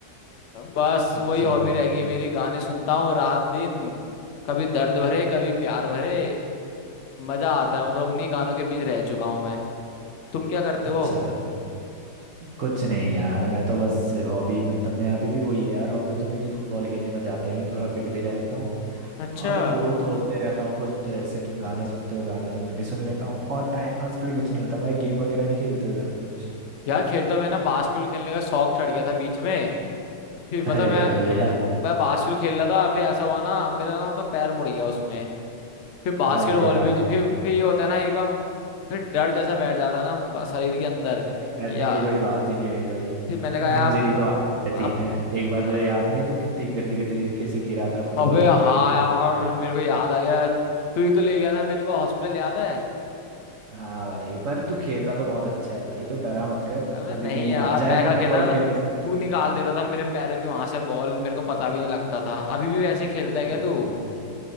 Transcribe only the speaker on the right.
अच्छा
अच्छा कुछ नहीं यार मैं तो बस हॉबी मतलब मैं अभी भी वही है यार हॉबी तो मेरी फुटबॉल खेलने में जाता ही हूँ थोड़ा फिट भी रह लेता हूँ
और मैं बोर तो होते रहता हूँ पर तो ऐसे तुम गाने सुनते हो गाने तो मैं भी सुन लेता हूँ और टाइम पास के लिए कुछ नहीं होता भाई गेम वगैरह नहीं खेलते हो क्या तुम कुछ
अरे
भाई बढ़िया
अरे भाई
अरे डरने
की कोई बात ही नहीं हुई भाई
इंजरी
तो आती रहती
है एक बार
तुझे याद नहीं है तू कितनी गंदी के तरीके से गिरा था फुटबॉल
खेलते
खेलते
हाँ भाई पर तू खेलता तो बहुत अच्छा है भाई तो डरा मत कर
अभी
भी
आ जाएगा
फुटबॉल
खेलने
से हमको।
<laughs>
अरे
नहीं भाई